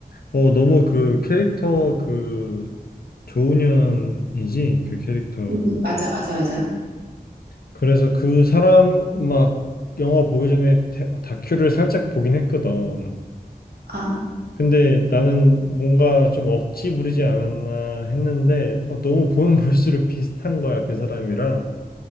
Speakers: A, on the left; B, on the right.
A: 어, 너무 그 캐릭터 그 조은현이지? 그 캐릭터.
B: 음, 음, 맞아, 맞아, 맞아.
A: 그래서 그 사람 막 영화 보기 전에 태- 다큐를 살짝 보긴 했거든.
B: 아,
A: 근데 나는 뭔가 좀 억지 부리지 않았나 했는데 어, 너무 보면 <laughs> 볼수록 비슷한 거야 그 사람이랑.